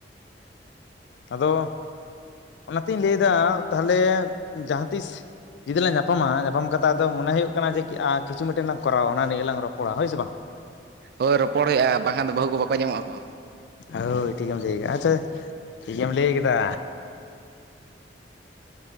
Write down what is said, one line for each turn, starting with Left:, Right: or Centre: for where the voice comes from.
Left: ᱟᱫᱚ ᱚᱱᱟ ᱛᱤᱧ ᱞᱟᱹᱭ ᱫᱟ ᱛᱟᱦᱞᱮ ᱡᱟᱦᱟ ᱛᱤᱥ ᱡᱩᱫᱤ ᱞᱟᱝ ᱧᱟᱯᱟᱢᱟ, ᱧᱟᱯᱟᱢ ᱠᱟᱛᱮ ᱟᱫᱚ ᱢᱚᱱᱮ ᱦᱩᱭᱩᱜ ᱠᱟᱱᱟ ᱡᱮ ᱠᱤᱪᱷᱩ ᱢᱤᱫᱴᱟᱹᱱ ᱞᱟᱝ ᱠᱚᱨᱟᱣᱟ ᱾ ᱚᱱᱟ ᱱᱤᱭᱟᱹ ᱞᱟᱝ ᱨᱚᱯᱚᱲᱟ ᱦᱳᱭ ᱥᱮ ᱵᱟᱝ?
Right: ᱦᱳᱭ ᱨᱚᱯᱚᱲ ᱦᱩᱭᱩᱜᱼᱟ ᱵᱟᱝᱠᱷᱟᱱ ᱫᱚ ᱵᱟᱦᱩ ᱠᱚ ᱵᱟᱠᱚ ᱧᱟᱢᱚᱜᱼᱟ ᱠᱚ᱾
Left: ᱦᱳᱭ ᱴᱷᱤᱠᱮᱢ ᱞᱟᱹᱭ ᱠᱟᱜ-ᱟ ᱟᱪᱪᱷᱟ ᱴᱷᱤᱠᱮᱢ ᱞᱟᱹᱭ ᱠᱮᱫᱟ